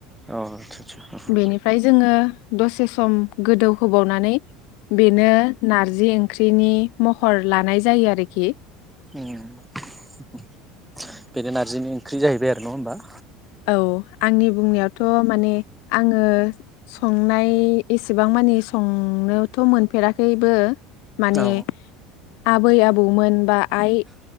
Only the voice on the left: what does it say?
बेनिफ्राय जोङो दसे सम गोदौ होबावनानै बेनो नारजि ओंख्रिनि महर लानाय जायो आरोखि।
औ आंनि बुंनायावथ माने आङो संनाय एसेबां मानि संनोथ मोनफेराखैबो माने
आबै आबौमोन बा आइ